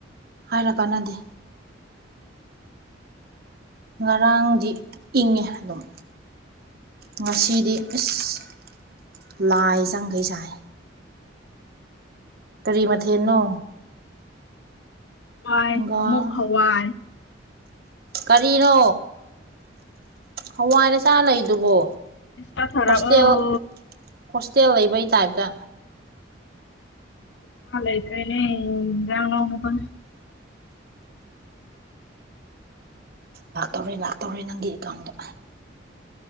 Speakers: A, on the right (about 55°); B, on the left (about 70°).
A: ꯍꯥꯏꯔ ꯀꯥꯟꯅꯗꯦ ꯉꯔꯥꯡꯗꯤ ꯏꯪꯉꯦ ꯑꯗꯨꯝ ꯉꯁꯤꯗꯤ ꯏꯁ ꯂꯥꯏ ꯆꯪꯈꯩ ꯁꯥꯏ ꯀꯔꯤ ꯃꯊꯦꯜꯅꯣ
B: ꯋꯥꯏ
A: ꯍꯪꯒꯥꯝ
B: ꯑꯃꯨꯛ ꯍꯋꯥꯏ
A: ꯀꯔꯤꯅꯣ ꯍꯋꯥꯏꯗ ꯆꯥ ꯂꯩꯗꯨꯕꯣ
B: ꯄꯩꯁꯥ ꯊꯥꯔꯛꯑꯣ
A: ꯍꯣꯁꯇꯦꯜ ꯍꯣꯁꯇꯦꯜ ꯂꯩꯕꯩ ꯇꯥꯏꯞꯇ
B: ꯄꯩꯁꯥ ꯂꯩꯇ꯭ꯔꯦꯅꯦ ꯌꯦꯟꯁꯥꯡ ꯂꯧꯅꯕ
A: ꯂꯥꯛꯇꯧꯔꯦ ꯂꯥꯛꯇꯧꯔꯦ ꯅꯪꯒꯤ ꯑꯦꯀꯥꯎꯟꯗ